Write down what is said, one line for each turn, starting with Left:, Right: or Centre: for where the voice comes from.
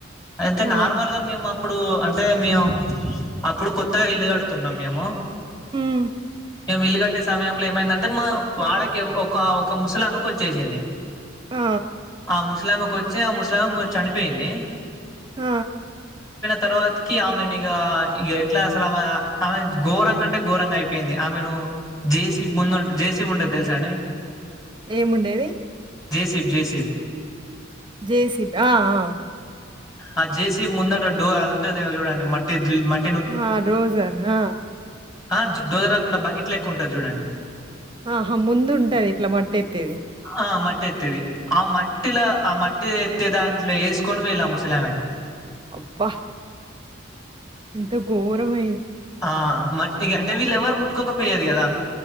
Left: అయితే
Right: ఆ!
Left: నార్మల్ గా మేమ్ అప్పుడు అంటే మియమ్ అప్పుడు కొత్తగా ఇల్లు కడుతున్నాం మేము
Right: హ్మ్
Left: మేము ఇల్లు కట్టే సమయంలో ఏమైందంటే మా వాడకి ఒక ఒక ముసలామెకోచ్చేసింది
Right: ఆ
Left: ఆ ముసలామెకొచ్చి ఆ ముసలామె చనిపెయింది.
Right: ఆ
Left: తర్వాతకి ఆమెనిగ ఇగ ఎట్లా అసలామె ఆమె ఘోరంగంటే ఘోరంగా అయిపోయింది ఆమెను జేసిబ్ ముందుట్ జేసిముండే తెలుసా అండి మీకు
Right: ఏముండేది
Left: జేసిబ్ జేసిబ్
Right: జేసిబ్ ఆ ఆ
Left: ఆ జేసీబ్ ముందట డో అది ఉంటదేమో చూడండి మట్టి మట్
Right: ఆ రోజార్ ఆ
Left: ఆ డోజర్ కాకుండా బకెట్ లెక్క ఉంటది చూడండి.
Right: ఆహా ముందుంటది ఇట్లా మట్టి ఎత్తేది.
Left: ఆ మట్టి ఎత్తేది ఆ మట్టిలా ఆ మట్టి ఎత్తే దాంట్లో ఎసుకొని పోయిల్లు ముసలామెను
Right: అబ్బా ఎంత ఘోరమె
Left: ఆ మట్టి ఇగ అంటే వీళ్ళేవరు ముట్టుకోకపోయేది కదా